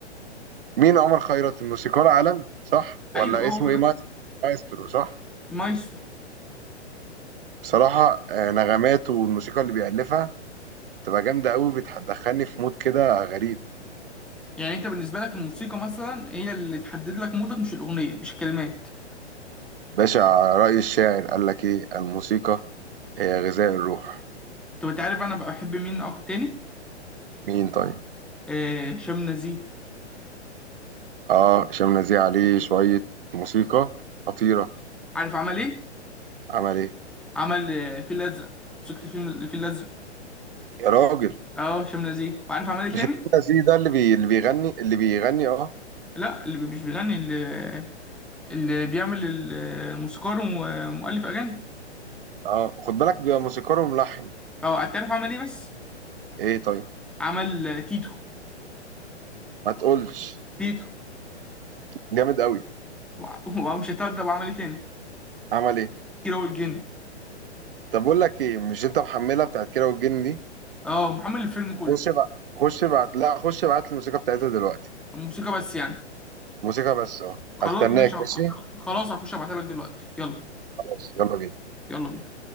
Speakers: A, on the right; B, in the centre.
A: مين عمر خيرت الموسيقار عالمي صح
B: ايوه
A: ولا
B: اه هو
A: اسمه
B: ده
A: ايه مايس- مايسترو صح
B: مايسترو
A: بصراحه آه، نغماته والموسيقى اللي بيألفها تبقى جامده قوي بتدخلني في مود كده غريب
B: يعني انت بالنسبة لك الموسيقى مثلا هي اللي تحدد لك مودك مش الأغنية مش الكلمات
A: باشا رأي الشاعر قال لك ايه الموسيقى هي غذاء الروح
B: طب انت عارف انا بحب مين اكتر تاني
A: مين طيب
B: آه هشام نزيه
A: اه هشام نزيه عليه شوية موسيقى خطيرة
B: عارف عمل ايه
A: عمل ايه
B: عمل آه، الفيل الازرق موسيقى الفيلم الفيل الازرق
A: يا راجل
B: اه هشام نزيه وعارف عمل ايه تاني
A: مش هشام نزيه ده اللي بي... اللي بيغني اللي بيغني اه
B: لا اللي مش بيغني اللي اللي بيعمل ال- الموسيقار ومؤلف اغاني
A: اه خد بالك بيبقى موسيقار وملحن
B: اه انت عارف عمل ايه بس
A: ايه طيب
B: عمل تيتو
A: ما تقولش
B: تيتو
A: جامد قوي
B: وع- <laughs> ومش هتأدب عمل ايه تاني
A: عمل ايه
B: كيرة والجن
A: طب بقول لك ايه مش انت محملها بتاعت كيرة والجن دي
B: اه محمل الفيلم كله
A: خش بقى خش بعت لا خش بعت الموسيقى بتاعتها دلوقتي
B: الموسيقى بس يعني
A: موسيقى بس اه
B: خلاص
A: هستناك
B: ماشي ه-
A: ماشي
B: خلاص هخش ابعتها لك دلوقتي يلا
A: خلاص يلا بينا
B: يلا بينا